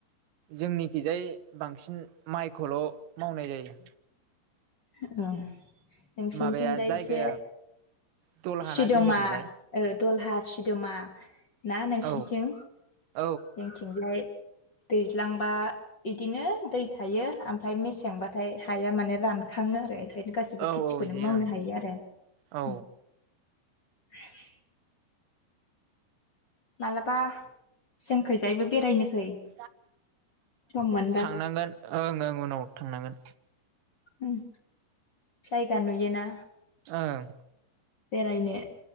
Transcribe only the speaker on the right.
जोंनिखिजाय बांसिन माइखौल' मावनाय जायो।
माबाया जायगाया
दलहाना
जोंनिखिजाय
औ औ
औ
औ बिदि
ओं
औ
<inaudible>
थांनांगोन ओं ओं उनाव थांनांगोन।
ओं